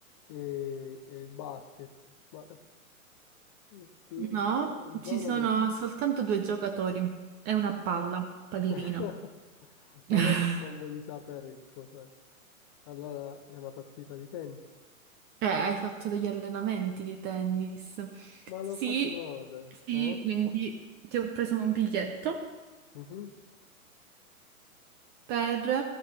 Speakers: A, on the left (about 20°); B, on the right (about 25°).
A: e, e il basket. Ma eh, tu,
B: No,
A: cioè, in
B: ci
A: zona
B: sono
A: non...
B: soltanto due giocatori. È una palla, pallino.
A: <laughs>
B: <laughs>
A: Allora suppongo di sapere che cos'è. Allora è una partita di tennis.
B: Eh, hai fatto degli allenamenti di tennis.
A: Ma
B: Sì,
A: lo fate in ode,
B: sì,
A: eh?
B: quindi ti ho preso un biglietto.
A: Mhm.
B: per